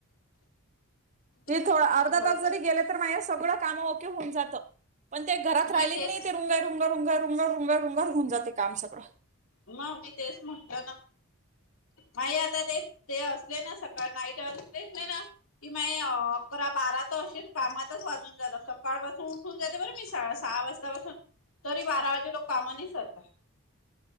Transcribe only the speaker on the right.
मी थोड
अर्धा
तास जरी
गेले तर माझे सगळं कामं ओके होऊन जातं पण ते घरात
राहिले
की नाही ते रुंगय रुंग रुंगय रुंग रुंग रुंगरधऊन जाते काम सगळं